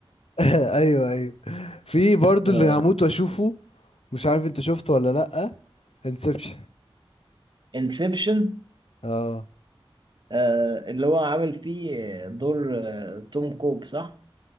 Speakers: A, on the left; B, on the right.
A: <laughs> ايوه ايوه في برضو
B: آه،
A: اللي هموت واشوفه مش عارف انت شفته ولا لأ انسبشن
B: انسبشن
A: اه
B: آه، اللي هو عامل فيه دور آه، توم كوب صح